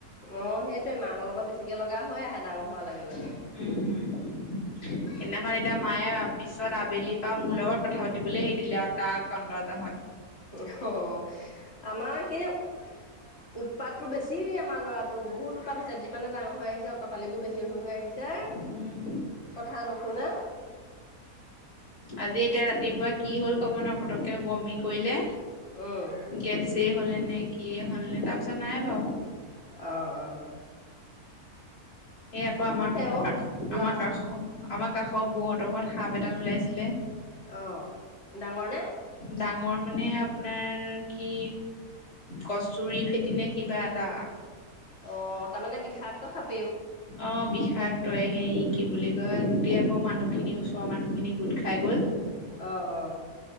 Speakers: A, on the left; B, on the left.
A: অঁ, সেইটোয়ে, মাকৰ লগত বেছিকে লগা হৈ আহে, ডাঙ হোৱাৰ লগে লগে।
B: উম, উম
A: অঁ মা-
B: সেইদিনাখন এতিয়া মায়ে পিছত, আবেলিপা মোৰ লগত কথা পাতিবলে এৰি দিলে আৱ তাৰ কন্দজহত।
A: অহ্‌হ, আমাৰ সিও উৎপাতটো বেছি আমাৰ ল'ৰাটো, বহুত উৎপাত হৈছে। যিমানে ডাঙৰ হৈ আহিছে, অটপালি বোৰ বেছি হৈ হৈ আহি ছে
B: উম,
A: কথা নুশুনে।
B: আজি এতিয়া ৰাতিপুৱা কি হ'ল ক'ব নোৱাৰো, পতকে বমি কৰিলে।
A: উম
B: গেছেই হ'লেনে কিয়ে হ'ল নে? তাৰপিছত নাই বাও।
A: অঁ, অঁ
B: এ আক আমাৰ
A: অ
B: কাষ্‌,
A: ল'ৰা
B: আমাৰ কাষ আমাৰ কাষৰ বৌহঁতৰ ঘৰত সাপ এডাল ওলাইছিলে।
A: অঁ, ডাঙৰ নে?
B: ডাঙৰ মানে, আপোনাৰ কি কষ্টুৰিফেটি নে কিবা এটা
A: অঁ, তাৰমানে বিষাক্ত সাপ।
B: অঁ, বিশাক তই সেৰি, কি বুলি কয়? গোটেই আকৌ মানুহখিনি, ওচৰৰ মানুহখিনি গোট খাই গ'ল।
A: অঁ, অঁ